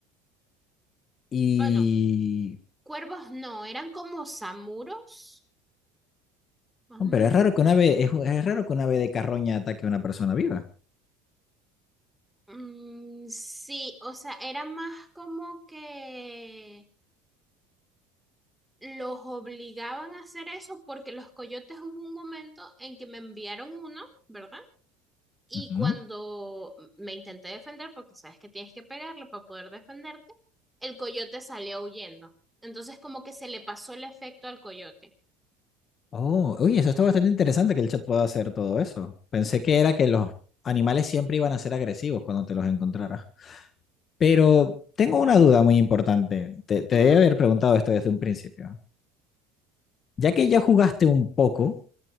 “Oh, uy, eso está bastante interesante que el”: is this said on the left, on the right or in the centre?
Left